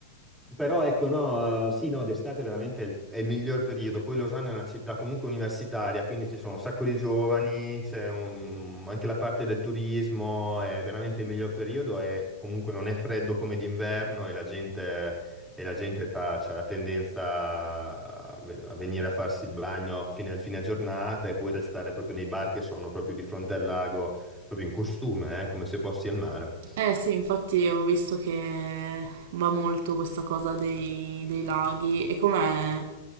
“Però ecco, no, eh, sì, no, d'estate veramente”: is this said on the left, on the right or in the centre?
Centre